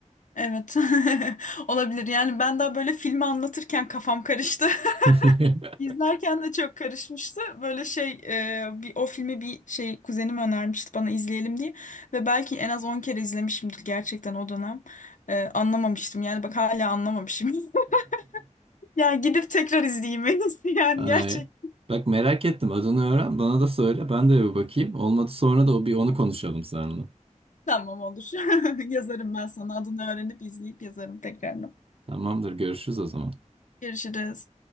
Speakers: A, on the left; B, on the right.
A: Evet. <laughs> Olabilir. Yani ben daha böyle filmi anlatırken kafam karıştı. <laughs>
B: <laughs>
A: İzlerken de çok karışmıştı. Böyle şey e, bir o filmi bir şey kuzenim önermişti bana izleyelim diye ve belki en az 10 kere izlemişimdir gerçekten o dönem. E, anlamamıştım. Yani bak hala anlamamışım. <laughs> Ya gidip tekrar izleyeyim en iyisi yani
B: Ay.
A: gerçekten.
B: Bak merak ettim adını öğren bana da söyle ben de bir bakayım. Olmadı sonra da o bir onu konuşalım seninle.
A: Tamam olur. <laughs> Yazarım ben sana adını öğrenip izleyip yazarım tekrarını.
B: Tamamdır. Görüşürüz o zaman.
A: Görüşürüz.